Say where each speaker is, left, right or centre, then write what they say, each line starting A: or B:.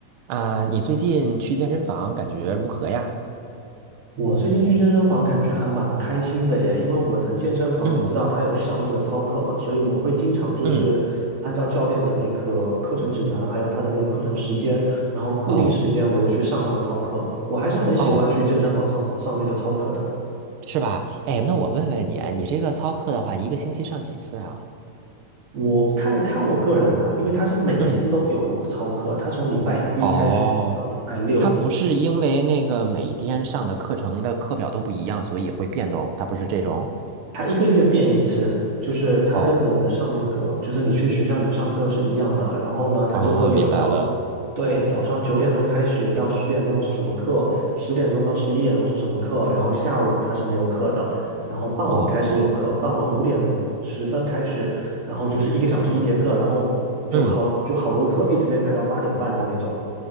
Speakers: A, on the right; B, on the right.
A: 啊，你最近去健身房感觉如何呀？
B: 我最近去健身房感觉还蛮开心的耶，因为我的健身房你知道它有上那个操课嘛，
A: 嗯
B: 所以我会经常就是按照教练的那个课程指南，
A: 嗯，
B: 还有他的那个课程时间，然后固定时间我就去上那个操课。
A: 哦
B: 我还是很喜欢去健身房上上那个操课的。
A: 哦，是吧？哎，那我问问你啊，你这个操课的话，一个星期上几次啊？
B: 我看看我个人啦，因为他是每天都有操课，
A: 嗯，
B: 他从礼拜一开始一直到礼拜六，
A: 哦，它不是因为那个每天上的课程的课表都不一样，所以会变动，它不是这种。
B: 它一个月变一次，就是它跟我们上那个，
A: 哦，
B: 就是你去学校里面上课是一样的。然后呢，它就会有早，
A: 哦，明白了。
B: 对，早上九点钟开始到十点钟是什么课，十点钟到十一点钟是什么课，然后下午它是没有课的，然后傍晚开始有课，
A: 哦哦，
B: 傍晚五点十分开始，然后就是一个小时一节课，然后就好就好多课，
A: 嗯。
B: 一直可以排到八点半的那种。